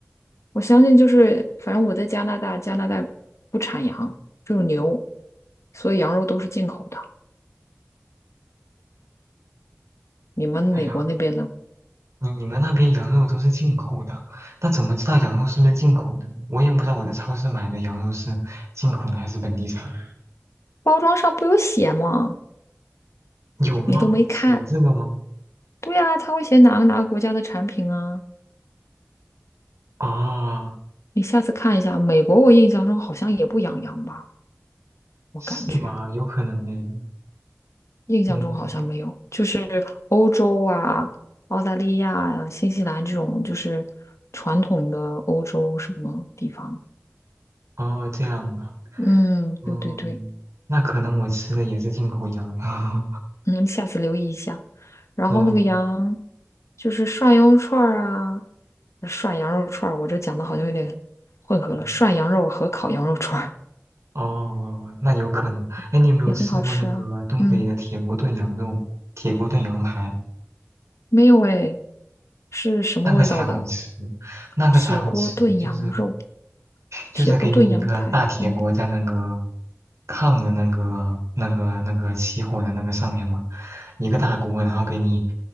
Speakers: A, on the left; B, on the right.
A: 我相信就是，反正我在加拿大，加拿大不产羊，只有牛，所以羊肉都是进口的。你们美国那边呢？
B: 哎呀。你你们那边羊肉都是进口的，那怎么知道羊肉是不是进口的呢？我也不知道我在超市买的羊肉是进口的还是本地产的，
A: 包装上不有写吗？
B: 有吗？
A: 你都没看。
B: 会写这个吗？
A: 对啊，他会写哪个哪个国家的产品啊？
B: 啊，
A: 你下次看一下，美国我印象中好像也不养羊吧，我感觉
B: 是吗？有可能诶。
A: 印象中好像没有，
B: 嗯，
A: 就是欧洲啊、澳大利亚啊、新西兰这种就是传统的欧洲什么地方。
B: 哦，这样啊，
A: 嗯，
B: 嗯，
A: 对对对。
B: 那可能我吃的也是进口羊，<laughs>
A: 嗯，下次留意一下。然后那个羊，
B: 哦，
A: 就是涮羊肉串儿啊，呃涮羊肉串儿，我这讲的好像有点混合了，
B: 嗯
A: 涮羊肉和烤羊肉串儿
B: 哦，那有可能。哎，
A: <laughs>
B: 你有没有吃过那个东北的铁锅炖羊肉、
A: 也很好吃啊。嗯，
B: 铁锅炖羊排？
A: 没有诶，是什么味道的？
B: 那个才好吃，那个才好吃，
A: 铁锅炖羊肉，
B: 就是。就是给你一个大铁锅在那个
A: 铁锅炖羊排。哦，
B: 炕的那个那个那个起火的那个上面嘛，一个大锅，然后给你